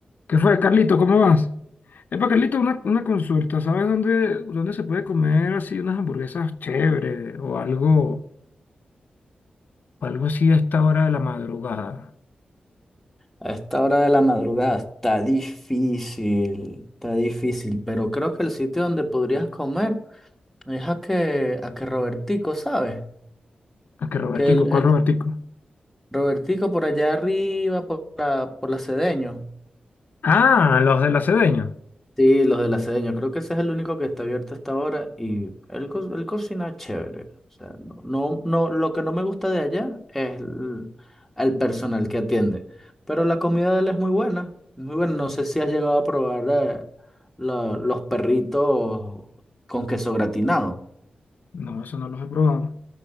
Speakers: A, on the left; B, in the centre.
A: ¿Qué fue, Carlito? ¿Cómo vas? Epa, Carlito, una, una consulta. ¿Sabes dónde, dónde se puede comer así unas hamburguesas chéveres o algo, o algo así a esta hora de la madrugada?
B: A esta hora de la madrugada está difícil, está difícil, pero creo que el sitio donde podrías comer es a que, a que Robertico, ¿sabes?
A: ¿A qué Robertico?
B: Que el, el-
A: ¿Cuál Robertico?
B: Robertico por allá arriba, por la, por la Cedeño.
A: Ah, los del Acedeño.
B: Sí, los de la sede, creo que ese es el único que está abierto hasta ahora y él, co- él cocina chévere. O sea, no, no, no- lo que no me gusta de allá es el, el personal que atiende, pero la comida de él es muy buena, muy buena. No sé si has llegado a probar eh, la- los perritos con queso gratinado.
A: No, eso no los he probado.